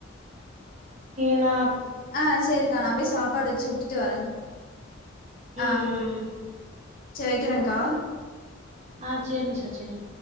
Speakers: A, on the right; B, on the left.
A: நா
B: ஆ செரிக்கா நான் போய் சாப்பாடு வெச்சு விட்டுட்டு வரன்
A: ம்
B: ஆ
A: ம் ம்
B: செரி வெக்கிறன்க்கா
A: ஆ சேரி நிஷா சேரி